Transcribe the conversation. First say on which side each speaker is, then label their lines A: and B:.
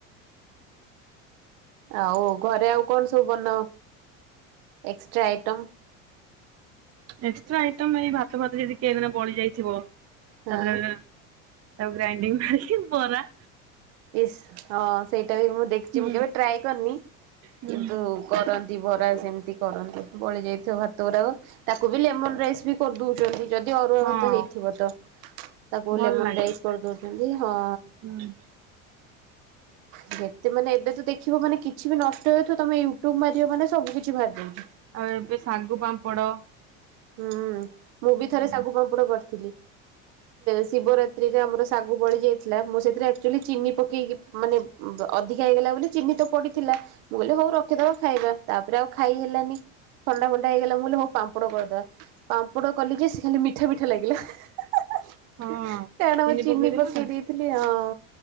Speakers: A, on the right; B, on the right.
A: ଆଉ ଘରେ ଆଉ କଣ ସବୁ ବନାଅ ଏକ୍ସଟ୍ରା ଆଇଟମ୍?
B: ଏକ୍ସଟ୍ରା ଆଇଟ ଏଇ ଭାତ ଫାତ ଯଦି କେ ଦିନ ବଳି ଯାଇଥିବ ତା
A: ହଁ
B: ଦେହରେ ତାକୁ ଗ୍ରାଇଣ୍ଡିଙ୍ଗ କରିକି ବରା
A: ଇସ୍ ହଁ ସେଇଟା ବି ମୁଁ ଦେଖିଛି
B: ହୁଁ
A: ମୁଁ କେବେ ଟ୍ରାଏ କରିନି
B: ହୁଁ
A: କିନ୍ତୁ କରନ୍ତି ବରା ସେମିତି କରନ୍ତି ବଳି ଯାଇଥିବ ଭାତ ଗୁରାକ ତାକୁ ବି ଲେମନ ରାଇସ୍ ବି କରିଦଉଛନ୍ତି। ଯଦି ଅରୁଆ
B: ହଁ
A: ଭାତ ହେଇଥିବ ତ ତାକୁ
B: ଭଲ
A: ଲେମନ
B: ଲାଗେ।
A: ରାଇସ୍ କରିଦଉଛନ୍ତି ହଁ।
B: ହୁଁ।
A: ଯେତେମାନେ ଏବେ ତ ଦେଖିବ ମାନେ କିଛି ବି ନଷ୍ଟ ହୁଏଥିବ ତମେ ୟୁଟ୍ୟୁବ ମାରିବ ମାନେ ସବୁ କିଛି ବାହାରି ଜାଉଛି।
B: ଆଉ ଏବେ ଶାଗୁ ପାମ୍ପଡ।
A: ହୁଁ ମୁଁ ବି ଥରେ
B: ହୁଁ।
A: ଶାଗୁ ପାମ୍ପୁଡ କରିଥିଲି। ଶିବରାତ୍ରିରେ ଆମର ଶାଗୁ ବଳି ଯାଇଥିଲା ମୁ ସେଥିରେ ଆକ୍ଚୁଲି ଚିନି ପକେଇକି ମାନେ ଅଧିକା ହେଇଗଲା ବୋଲି ଚିନି ତ ପଡିଥିଲା ମୁଁ କହିଲି ହଉ ରଖିଦବା ଖାଇବା ତାପରେ ଆଉ ଖାଇ ହେଲାନି। ଥଣ୍ଡା ଫଣ୍ଡା ହେଇଗଲା ମୁଁ କହିଲି ହଉ ପାମ୍ପଡ଼ କରିଦେବା। ପାମ୍ପୁଡ କଲି ଯେ ସେ ଖାଲି ମିଠା ମିଠା ଲାଗିଲା ହେଁ ହେଁ ହେଁ।
B: ହଁ
A: କାହିଁକି ନା ମୁଁ ଚିନି
B: ପକେଇଦେଲ
A: ପକେଇ
B: ନା
A: ଦେଇଥିଲି ହଁ